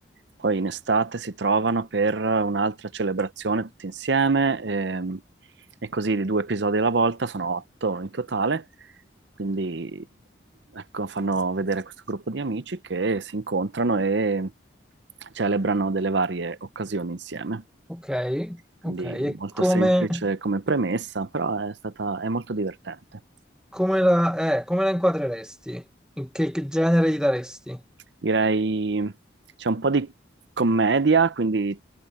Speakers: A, on the right; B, in the centre.
A: Poi in estate si trovano per un'altra celebrazione tutti insieme. ehm, e così di due episodi alla volta, sono otto in totale, quindi ecco, fanno vedere questo gruppo di amici che si incontrano e celebrano delle varie occasioni insieme.
B: Ok,
A: Quindi
B: ok. E
A: molto
B: come...
A: semplice come premessa, però è stata, è molto divertente.
B: Come la, eh, come la inquadreresti? In che, che genere gli daresti?
A: direi c'è un po' di commedia, quindi